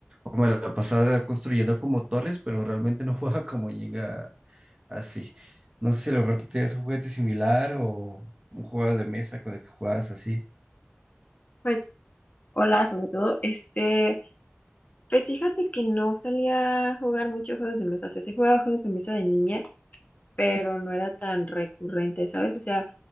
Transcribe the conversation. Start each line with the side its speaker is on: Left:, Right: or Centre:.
Right: O me la pasaba construyendo como torres, pero realmente no <laughs> jugaba como Jenga así. No sé si a lo mejor tú tenías un juguete similar o un juego de mesa con el que jugabas así.
Left: Pues, hola, sobre todo, este, pues fíjate que no solía jugar mucho juegos de mesa, o sea, sí jugaba juegos de mesa de niña, pero no era tan recurrente, ¿sabes? O sea,